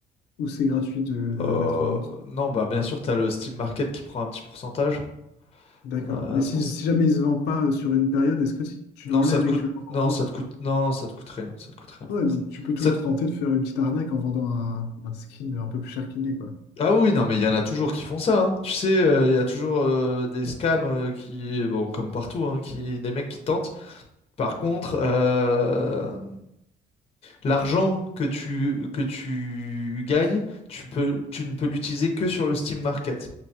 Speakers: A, on the left (about 80°); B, on the left (about 35°).
A: Ou c'est gratuit de, de le
B: Euh,
A: mettre en vente?
B: non, bah bien sûr, tu as le Steam Market qui prend un petit pourcentage.
A: D'accord.
B: Euh,
A: Mais si,
B: c'est pour ça-
A: si jamais il se vend pas euh, sur une période, est-ce que si tu
B: Non,
A: l'enlèves
B: ça te coûte.
A: et que tu le vends
B: Non,
A: en
B: ça
A: vente?
B: te coûte. Non, ça te coûte rien. Ça te coûte rien.
A: Ouais,
B: Ça,
A: donc tu peux toujours
B: ça
A: tenter de faire une petite arnaque en vendant un, un skin un peu plus cher qu'il n'est, quoi.
B: Ah oui, non, mais il y en a toujours qui font ça. hein. Tu sais, euh, il y a toujours euh, des scams euh, qui, bon, comme partout, hein, qui, des mecs qui tentent. Par contre, euh, l'argent que tu, que tu gagnes, tu peux, tu ne peux l'utiliser que sur le Steam Market